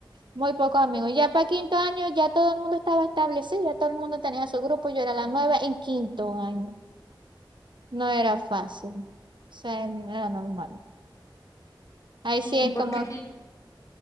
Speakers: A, on the right; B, on the left.
A: muy pocos amigos. Ya para quinto año ya todo el mundo estaba establecido, ya todo el mundo tenía su grupo, yo era la nueva en quinto año. No era fácil, o sea, no era normal. Ahí
B: ¿y
A: sí es
B: por
A: como
B: qué